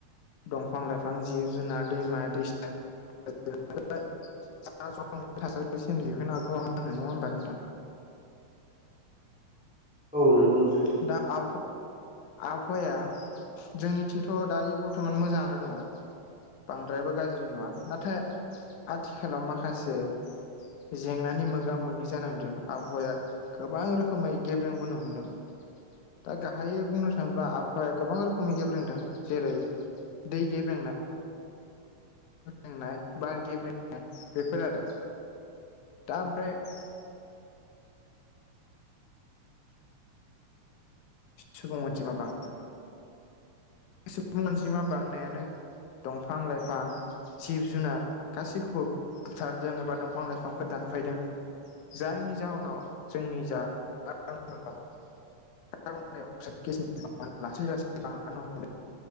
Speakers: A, on the left; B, in the centre.
A: दंफां लाइफां जिब जुनार दैमा दैसा <inaudible> <inaudible> नङा होमबा नोंथां?
B: औ नंगौ नोंथां
A: <inaudible> दा आब आबहावाया जोंनिथिंथ' दायो बर्थमान मोजाङानो दङ। बांद्रायबो गाज्रि नङा नाथाय आथिखालाव माखासे जेंनानि मोगा मोगि जानांदों आबहावाया गोबां रोखोमै गेब्रेंबोनो हमदों। दा गाहायै बुंनो थाङोब्ला आबहावाया गोबां रोखोमै गेब्रेंदों जेरै दै गेब्रेंनाय <inaudible> बार गेब्रेंनाय बेफोर आरो। दा ओमफ्राय <inaudible> <inaudible> सुबुं अनजिमा बां सुबुं अनजिमा बांनायानो दंफां लाइफां जिब जुनार गासैखौबो बुथारदों एबा दंफां लाइफांखौ दानफायदों। जायनि जाहोनाव जोंनि जा <inaudible> <inaudible>